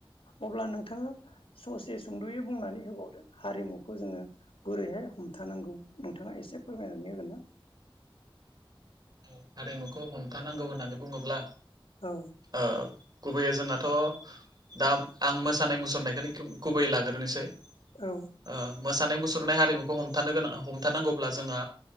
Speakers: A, on the left (about 85°); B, on the right (about 45°).
A: अब्ला नोंथाङा ससे सुंद'यै बुंनानै होबावदो हारिमुखौ जोङो बोरैहाय हमथानांगौ नोंथाङा एसे फोरमायनानै होगोन ना?
B: औ हारिमुखौ हमथानांगौ होननानै बुङोब्ला
A: औ
B: ओ गुबैयै जोंहाथ' दा आं मोसानाय मुसुरनायखौनो गु-गुबैयै लाग्रोनोसै।
A: औ
B: ओ मोसानाय मुसुरनाय हारिमुखौ हमथानो गोनां हमथानांगौब्ला जोङो।